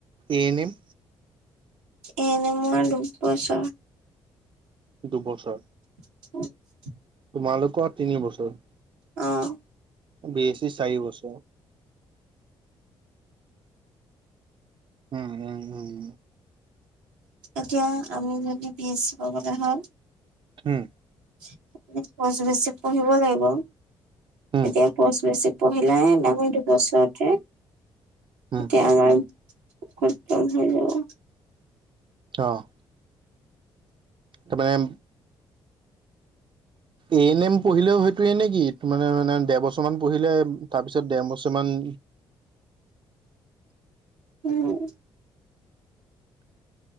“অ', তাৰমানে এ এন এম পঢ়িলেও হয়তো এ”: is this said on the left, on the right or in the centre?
Right